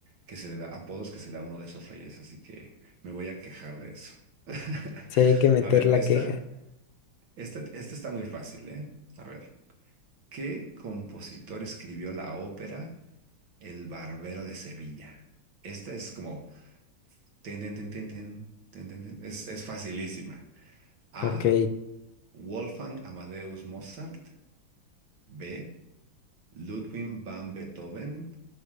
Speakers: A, on the right; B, on the left.
A: que se le da, apodos que se le da a uno de esos reyes. Así que me voy a quejar de eso. <laughs>
B: sí hay que meter
A: A ver,
B: la
A: esta,
B: queja.
A: esta, esta está muy fácil, ¿eh? A ver, ¿qué compositor escribió la ópera El Barbero de Sevilla? Esta es como Tin, tin, tin, tin, tin, tin, tin, tin. Es, es facilísima. A.
B: Ok,
A: Wolfgang Amadeus Mozart. B. Ludwig van Beethoven.